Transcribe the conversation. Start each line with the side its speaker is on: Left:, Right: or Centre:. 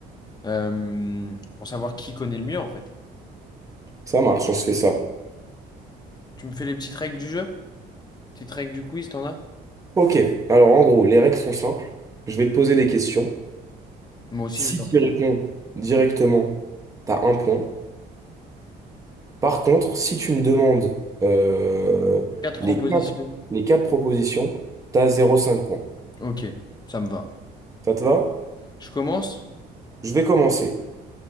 Left: euh, pour savoir qui connaît le mieux, en fait.
Right: Ça marche, on se fait ça.
Left: Tu me fais les petites règles du jeu? Petites règles du quiz, t'en as?
Right: Ok, alors en gros, les règles sont simples. Je vais te poser des questions.
Left: Moi aussi,
Right: Si
Left: je vais t'en
Right: tu
Left: poser.
Right: y réponds directement, t'as un point. Par contre, si tu me demandes euh,
Left: Quatre
Right: les
Left: propositions.
Right: quatre, les quatre propositions, t'as zéro virgule cinq points.
Left: Ok, ça me va.
Right: Ça te va?
Left: Je commence?
Right: Je vais commencer.